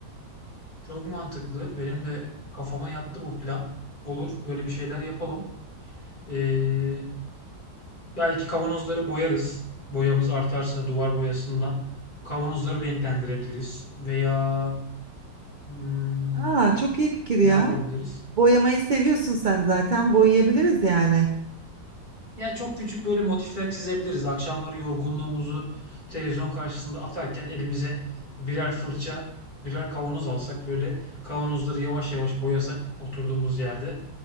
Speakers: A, on the left (about 25°); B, on the right (about 45°).
A: Çok mantıklı. Benim de kafama yattı bu plan. Olur, böyle bir şeyler yapalım. Ee, belki kavanozları boyarız. Boyamız artarsa duvar boyasından kavanozları renklendirebiliriz. Veya hmm,
B: Aa, çok iyi fikir ya.
A: ne yapabiliriz?
B: Boyamayı seviyorsun sen zaten boyayabiliriz yani.
A: Ya çok küçük böyle motifler çizebiliriz. Akşamları yorgunluğumuzu televizyon karşısında atarken elimize birer fırça, birer kavanoz alsak böyle kavanozları yavaş yavaş boyasak oturduğumuz yerde